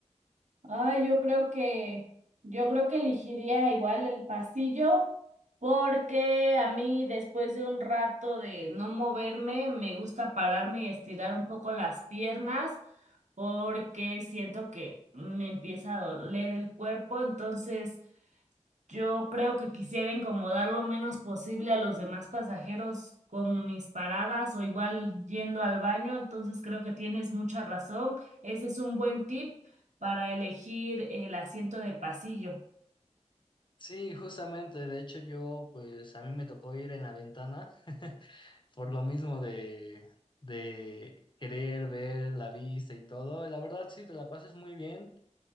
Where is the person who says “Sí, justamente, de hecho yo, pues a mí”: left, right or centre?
Left